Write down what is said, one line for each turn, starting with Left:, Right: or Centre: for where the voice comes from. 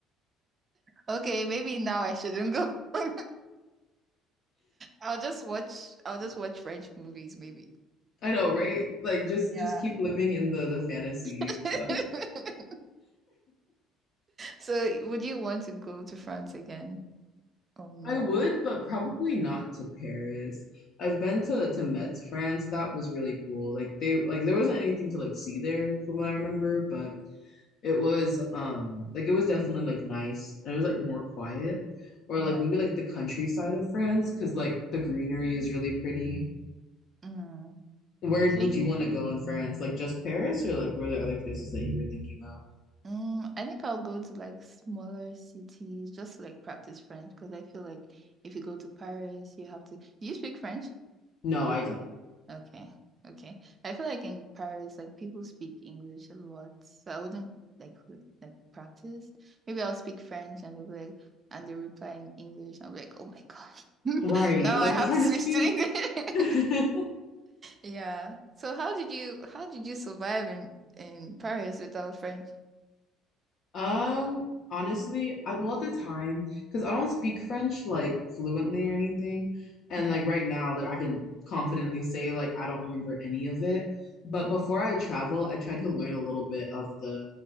Right: Okay, maybe now I shouldn't go. <laughs> I'll just watch I'll
Left: <laughs>
Right: just watch French movies maybe.
Left: I know, right? Like just
Right: Yeah.
Left: just keep living in the the fantasy
Right: <laughs>
Left: of
Right: So, would you want to go to France again? Oh no.
Left: I would, but probably not to Paris. I've been to to Metz, France. That was really cool. Like they like there wasn't anything to like see there from what I remember, but it was um like it was definitely like nice and it was like more quiet or
Right: Yeah.
Left: like maybe like the countryside of France because like the greenery is really pretty.
Right: Mm.
Left: Where
Right: So
Left: would
Right: y-
Left: you want to go in France? Like just Paris or like were there other places that you were thinking of?
Right: mm, I think I'll go to like smaller cities just to like practice French because I feel like if you go to Paris, you have to. Do you speak French?
Left: No, I don't.
Right: Okay. Okay. I feel like in Paris, like people speak English a lot. So I wouldn't like re- like practice. Maybe I'll speak French and they'll be like and they reply in English. I'll be like, oh my gosh. <laughs>
Left: Right.
Right: Now I
Left: Like I'm
Right: have
Left: trying
Right: to switch
Left: to speak.
Right: to English. <laughs>
Left: <laughs>
Right: Yeah. So how did you how did you survive in in Paris without French?
Left: Um, honestly, I, well, at the time, because I don't speak French like fluently or anything, and
Right: Yeah.
Left: like right now, like I can confidently say like I don't remember any of it. But before I travel, I tried to learn a little bit of the